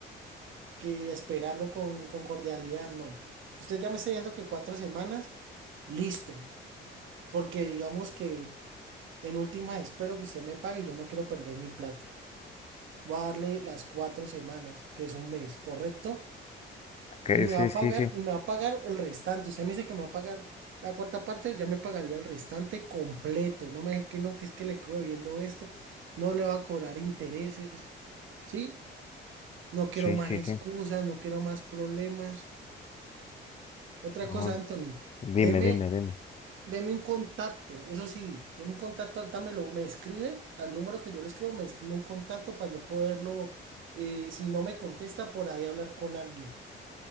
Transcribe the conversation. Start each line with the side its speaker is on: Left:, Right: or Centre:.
Right: que esperarlo con, con cordialidad, no. Usted ya me está diciendo que cuatro semanas, listo. Porque digamos que en últimas espero que usted me pague, yo no quiero perder mi plata. Voy a darle las cuatro semanas, que es un mes, ¿correcto?
Left: Ok,
Right: Y me
Left: sí,
Right: va a
Left: sí,
Right: pagar,
Left: sí,
Right: y me va a pagar el restante. Usted me dice que me va a pagar la cuarta parte, ya me pagaría el restante completo. No me deje que no, que es que le quedo viendo esto, no le va a cobrar intereses, ¿sí? No quiero
Left: sí,
Right: más
Left: sí,
Right: excusas,
Left: sí.
Right: no quiero más problemas. Otra
Left: No,
Right: cosa, Anthony,
Left: dime,
Right: deme,
Left: dime, dime.
Right: deme un contacto, eso sí, deme un contacto, dámelo, me escribe al número que yo le escribo, me escribe un contacto para yo poderlo, eh, si no me contesta, por ahí hablar con alguien.